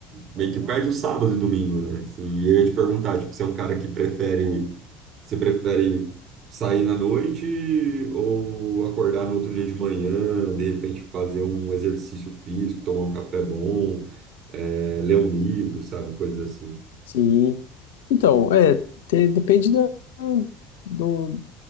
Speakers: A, on the right; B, on the left.
A: meio que perde o sábado e domingo, né? Assim, e eu ia te perguntar, tipo, você é um cara que prefere, você prefere sair na noite ou acordar no outro dia de manhã, de repente fazer um exercício físico, tomar um café bom, eh, ler um livro, sabe? Coisas assim.
B: Sim, Então, é, te- depende da- do,